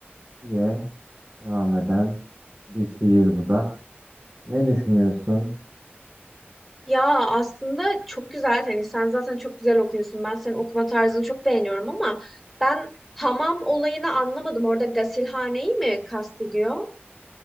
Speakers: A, on the right; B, in the centre.
A: diye devam eden bir şiir bu da. Ne düşünüyorsun?
B: Ya aslında çok güzel. Hani sen zaten çok güzel okuyorsun. Ben senin okuma tarzını çok beğeniyorum ama ben hamam olayını anlamadım. Orada gasilhaneyi mi kastediyor?